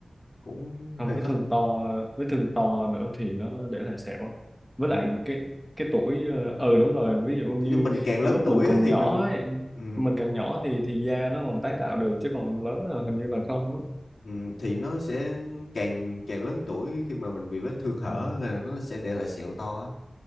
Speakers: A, on the left; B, in the centre.
A: cũng
B: không
A: hơi
B: vết
A: khó
B: thương to vết thương to nữa thì nó để lại sẹo với
A: ừ.
B: lại cái cái tuổi ờ ừ, đúng rồi ví dụ như
A: Thế mình càng lớn
B: lúc
A: tuổi
B: mình còn
A: á, thì
B: nhỏ
A: mình
B: ấy
A: ừ.
B: mình càng nhỏ thì thì da nó còn tái tạo được chứ còn lớn là hình như là không á.
A: Ừ, thì nó sẽ càng càng lớn tuổi khi mà mình bị vết thương hở
B: ừ.
A: là nó sẽ để lại sẹo to á.